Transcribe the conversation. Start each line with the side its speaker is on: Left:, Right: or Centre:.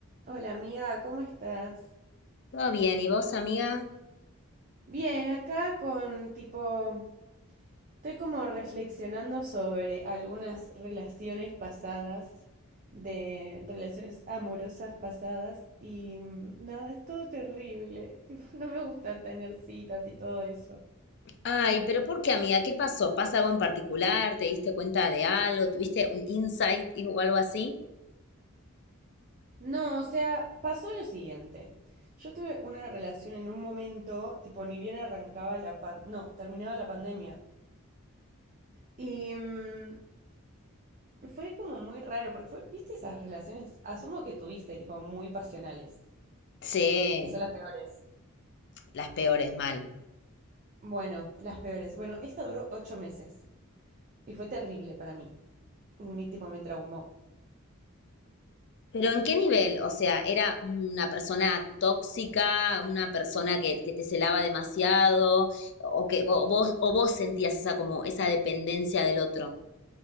Right: Hola amiga, ¿cómo estás?
Left: Todo bien, ¿y vos, amiga?
Right: Bien, acá con tipo, estoy como reflexionando sobre algunas relaciones pasadas, de relaciones amorosas pasadas y mm, nada, es todo terrible, tipo, <laughs> no me gusta tener citas y todo eso.
Left: Ay, pero ¿por qué, amiga? ¿Qué pasó? ¿Pasa algo en particular? ¿Te diste cuenta de algo? ¿Tuviste un insight y- o algo así?
Right: No, o sea, pasó lo siguiente. Yo tuve una relación en un momento, tipo, ni bien arrancaba la pan, no, terminaba la pandemia. Y mm, Fue como muy raro, porque fue, ¿viste esas relaciones? Asumo que tuviste, tipo, muy pasionales,
Left: Sí,
Right: que son las peores.
Left: las peores, mal.
Right: Bueno, las peores. Bueno, esta duró ocho meses y fue terrible para mí. Mi tipo me traumó.
Left: Pero ¿en qué nivel? O sea, ¿era una persona tóxica, una persona que, que te celaba demasiado, o que vo- vos, o vos sentías esa como esa dependencia del otro?